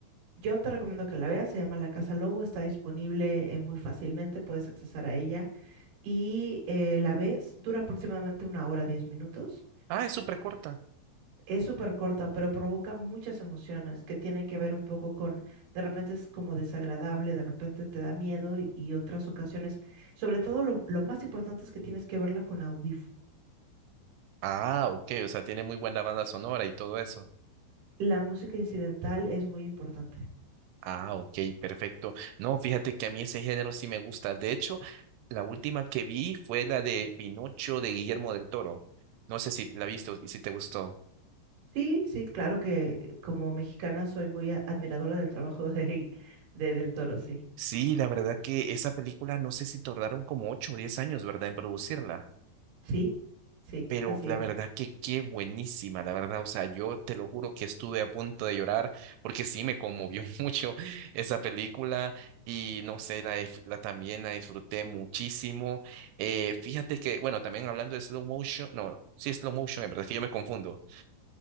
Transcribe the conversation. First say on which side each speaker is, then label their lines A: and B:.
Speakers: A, on the right; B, on the right.
A: yo te recomiendo que la veas, se llama La Casa Lobo, está disponible eh, muy fácilmente, puedes accesar a ella y eh, la ves, dura aproximadamente una hora, diez minutos.
B: Ah, es súper corta.
A: Es súper corta, pero provoca muchas emociones que tienen que ver un poco con, de repente es como desagradable, de repente te da miedo y, y otras ocasiones. Sobre todo lo, lo más importante es que tienes que verla con audífono.
B: Ah, ok, o sea, tiene muy buena banda sonora y todo eso.
A: La música incidental es muy importante.
B: Ah, ok, perfecto. No, fíjate que a mí ese género sí me gusta. De hecho, la última que vi fue la de Pinocho de Guillermo del Toro. No sé si la viste y si te gustó.
A: Sí, sí, claro que eh, como mexicana soy muy a- admiradora del trabajo de, <laughs> de Del Toro, sí.
B: Sí, la verdad que esa película no sé si tardaron como ocho o diez años, ¿verdad?, en producirla.
A: Sí, sí,
B: Pero
A: así
B: la
A: es.
B: verdad que qué buenísima, la verdad, o sea, yo te lo juro que estuve a punto de llorar porque sí me conmovió <laughs> mucho esa película y no sé, la, dif- la también la disfruté muchísimo. Eh, fíjate que, bueno, también hablando de slow motion, no, sí, slow motion, es verdad es que yo me confundo.